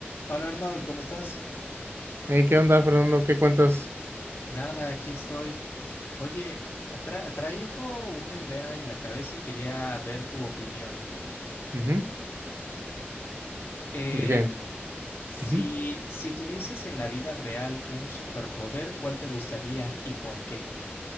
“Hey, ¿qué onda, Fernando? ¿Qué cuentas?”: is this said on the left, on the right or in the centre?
Right